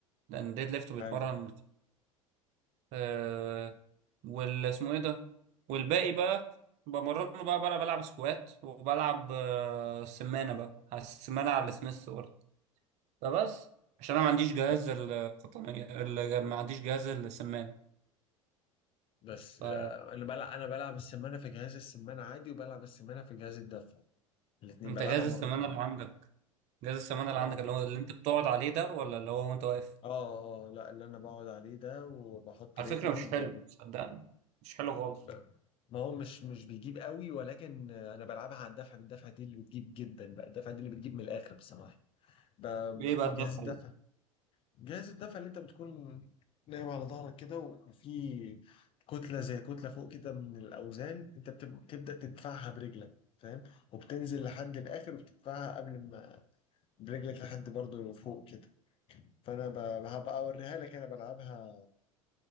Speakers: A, on the right; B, on the left.
A: لان الديد ليفت بيتمرن
B: حلو
A: آه وال اسمه ايه ده والباقي بقى بمرنه بقى بقى بلعب سكوات وبلعب آه سمانة بقى على السمانة على السميث برضه فبس عشان انا ما عنديش جهاز
B: طب.
A: القطنية ال- ما عنديش جهاز السمانة
B: بس
A: فانت
B: آه، انا بلعب انا بلعب السمانه في جهاز السمانه عادي وبلعب السمانه في جهاز الدفع الاثنين
A: جهاز
B: بلعبها
A: السمانة
B: مرتين
A: اللي عندك جهاز السمانة اللي
B: اه
A: عندك اللي هو اللي انت بتقعد عليه ده ولا اللي هو وانت واقف
B: اه اه لا اللي انا بقعد عليه ده وبحط
A: على
B: رجلي
A: فكرة مش
B: وب...
A: حلو صدقني مش حلو خالص
B: ب- ما هو مش مش بيجيب قوي ولكن آه، انا بلعبها على الدفع بالدفع دي اللي بتجيب جدا بقى الدفع دي اللي بتجيب من الاخر بصراحه ب... ب...
A: ليه
B: في
A: بقى الدفع
B: جهاز الدفع جهاز الدفع اللي انت بتكون نايم على ظهرك كده وفي كتلة زي كتلة فوق كده من الأوزان انت بتب- بتبدأ تدفعها برجلك فاهم وبتنزل لحد الآخر وبتدفعها قبل ما برجلك لحد برضه فوق كده فأنا ب- هبقى أوريها لك أنا بلعبها